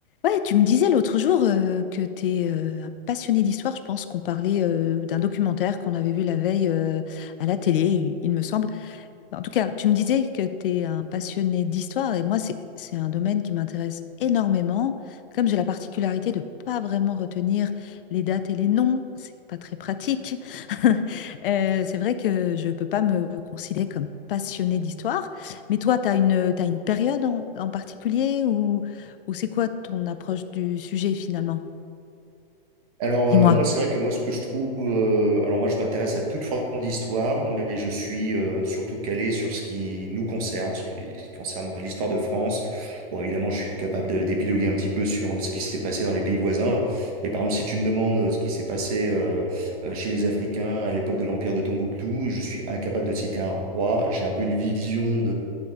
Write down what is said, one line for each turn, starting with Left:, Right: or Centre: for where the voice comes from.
Left: Ouais, tu me disais l'autre jour euh, que tu es euh, un passionné d'histoire, je pense qu'on parlait euh, d'un documentaire qu'on avait vu la veille euh, à la télé, il me semble. En tout cas, tu me disais que tu es un passionné d'histoire et moi, c'est, c'est un domaine qui m'intéresse énormément. Comme j'ai la particularité de pas vraiment retenir les dates et les noms, c'est pas très pratique. <laughs> Euh, c'est vrai que je peux pas me considérer comme passionné d'histoire. Mais toi, tu as une, tu une période en, en particulier ou, ou c'est quoi ton approche du sujet finalement?
Right: Alors,
Left: Dis-moi.
Right: euh, moi, c'est vrai que moi, ce que je trouve, euh, alors moi, je m'intéresse à toute forme d'histoire, mais je suis euh, surtout calé sur ce qui nous concerne, ce qui ce qui concerne l'histoire de France. Bon, évidemment, je suis capable de- d'épiloguer un petit peu sur euh, ce qui s'est passé dans les pays voisins, mais par exemple, si tu me demandes euh, ce qui s'est passé euh, euh, chez les Africains à l'époque de l'Empire de Tombouctou, je suis incapable de citer un roi. J'ai un peu une vision